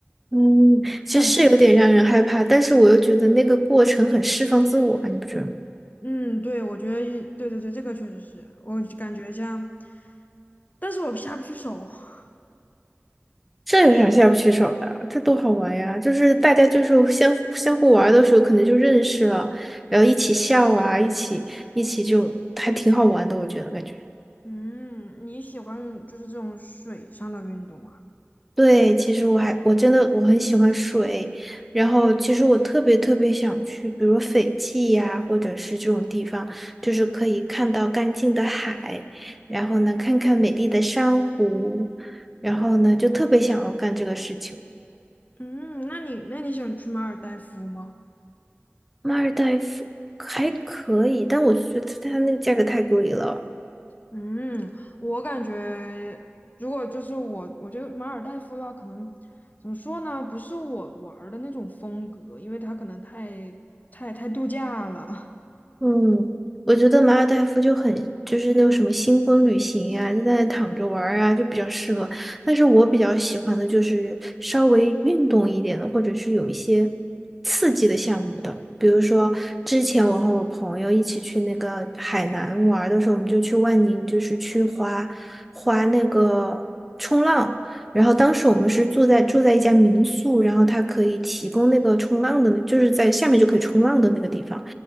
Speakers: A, in the centre; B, on the left.
A: 嗯，
B: 我感觉，
A: 其实是有点让人害怕，但是我又觉得那个过程很释放自我啊你不觉得吗？
B: 嗯，对，我觉得，对对对，这个确实是，我感觉像，但是我下不去手。<laughs>
A: 这有啥下不去手的？这多好玩呀！就是大家就是相相互玩的时候，可能就认识了，然后一起笑啊，一起一起就还挺好玩的，我觉得感觉。
B: 嗯，你喜欢就是这种水上的运动啊？
A: 对，其实我还我真的我很喜欢水，然后其实我特别特别想去，比如斐济呀、或者是这种地方，就是可以看到干净的海，然后呢，看看美丽的珊瑚，然后呢，就特别想要干这个事情。
B: 嗯，那你那你喜欢去马尔代夫吗？
A: 马尔代夫还可以，但我觉得它那个价格太贵了。
B: 嗯，我感觉如果就是我，我觉得马尔代夫的话，可能怎么说呢？不是我玩儿的那种风格，因为它可能太太太度假了。
A: 嗯，我觉得马尔代夫就很就是那种什么新婚旅行呀、就在那躺着玩儿啊，就比较适合。但是我比较喜欢的就是稍微运动一点的，或者是有一些刺激的项目的。比如说，之前我和我朋友一起去那个海南玩儿的时候，我们就去万宁，就是去滑滑那个冲浪。然后当时我们是住在住在一家民宿，然后它可以提供那个冲浪的，就是在下面就可以冲浪的那个地方。